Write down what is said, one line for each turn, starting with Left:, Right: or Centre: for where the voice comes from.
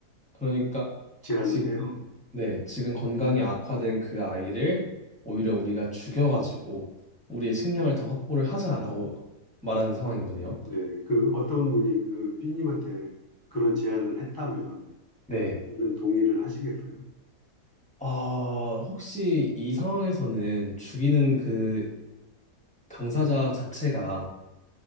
Centre: 그러니까
Left: 제안을
Centre: 지금
Left: 해요.
Centre: 네, 지금 건강이 악화된 그 아이를 오히려 우리가 죽여가지고 우리의 식량을 더 확보를 하자라고 말하는 상황인 거네요.
Left: 네, 그 어떤 분이 그 삐님한테 그런 제안을 했다면
Centre: 네.
Left: 이런 동의를 하시겠어요?
Centre: 아, 혹시 이 상황에서는 죽이는 그 당사자 자체가